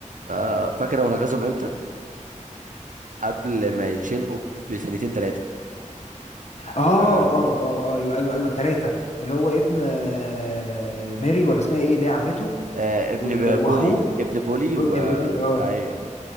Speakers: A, on the right (about 80°); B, on the left (about 55°).
A: آه فاكر هو نقذهم امتى؟ قبل ما يتشنقوا بسنتين ثلاثة
B: اه
A: آه.
B: اه اه آه، ايوه ايوه ايوه الثلاثة اللي هو ابن آه، ماري ولا اسمها ايه اللي هي عمته
A: آه ابن
B: وال-
A: ب-
B: واخوه
A: بولي ابن بولي و
B: رودني بولي اه
A: ايوه